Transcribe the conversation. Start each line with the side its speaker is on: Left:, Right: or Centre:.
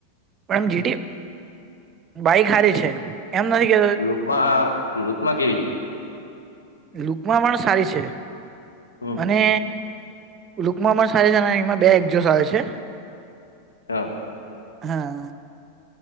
Right: પણ એમ જીટી બાઈક હારી છે એમ નથી કેતો
Left: લૂકમાં લુકમા કેવી છે
Right: લુકમાં પણ સારી છે
Left: હમ
Right: અને લુકમાં પણ સારી છે અને એમાં બે એક્જો સ આવે છે
Left: હ
Right: હા